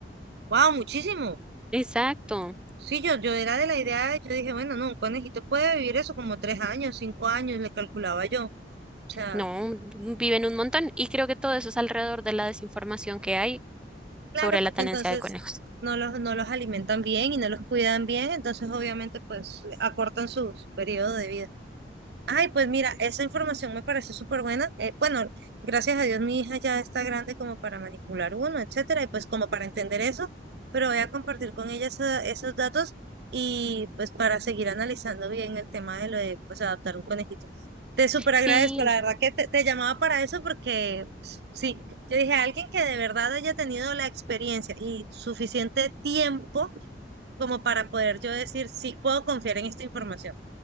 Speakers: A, on the right; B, in the centre.
A: Wow, muchísimo.
B: Exacto,
A: Sí, yo, yo era de la idea, yo dije, bueno, no, un conejito puede vivir eso como tres años, cinco años, le calculaba yo. O sea,
B: no, mm, viven un montón y creo que todo eso es alrededor de la desinformación que hay
A: claro,
B: sobre la
A: porque
B: tenencia
A: entonces
B: de conejos.
A: no los, no los alimentan bien y no los cuidan bien, entonces obviamente pues acortan su su periodo de vida. Ay, pues mira, esa información me parece súper buena. Eh, bueno, gracias a Dios mi hija ya está grande como para manipular uno, etcétera, y pues como para entender eso, pero voy a compartir con ella esa- esos datos y pues para seguir analizando bien el tema de lo de pues adaptar un conejito. Te súper agradezco,
B: Sí,
A: la verdad que te, te llamaba para eso porque pues, sí, yo dije alguien que de verdad haya tenido la experiencia y suficiente tiempo como para poder yo decir sí puedo confiar en esta información.